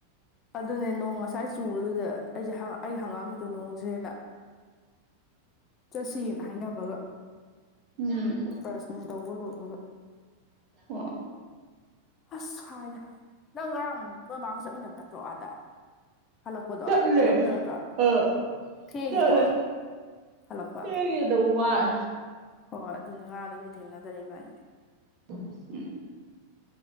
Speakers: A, on the left (about 30°); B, on the right (about 40°).
A: ꯑꯗꯨꯅꯦ ꯅꯣꯡ ꯉꯁꯥꯏ ꯆꯨꯕꯗꯨꯗ ꯑꯩꯁꯦ ꯑꯩ ꯍꯪꯉꯛꯝꯃꯤꯗꯣ ꯅꯣꯡꯁꯦ ꯍꯅ ꯆꯠꯁꯤꯅ ꯍꯥꯏꯅꯕꯒ
B: ꯎꯝ
A: ꯕꯔꯁꯅꯤꯡ ꯇꯧꯕ ꯂꯣꯏꯕꯒ
B: ꯑꯣ
A: ꯑꯁ ꯍꯥꯏꯗ ꯅꯪ ꯉꯔꯥꯡ ꯅꯣꯏ ꯃꯥꯒ ꯆꯠꯃꯤꯟꯅꯕ ꯅꯠꯇ꯭ꯔꯣ ꯑꯥꯗ ꯍꯜꯂꯛꯄꯗꯣ
B: ꯆꯠꯂꯦ
A: ꯍꯜꯂꯛꯃꯤꯗ ꯅꯠꯇ꯭ꯔꯣ
B: ꯑꯥ
A: ꯊꯦꯡꯉꯦꯀꯣ
B: ꯆꯠꯂꯦ
A: ꯍꯜꯂꯛꯄ
B: ꯊꯦꯡꯉꯦꯗ ꯋꯥꯏ
A: ꯍꯣꯏ ꯑꯗꯨꯅꯦ ꯑꯉꯥꯡꯗ ꯑꯗꯨꯝ ꯊꯦꯡꯅꯗꯔꯛꯏꯕꯥꯅꯤ
B: ꯑꯣ ꯎꯝ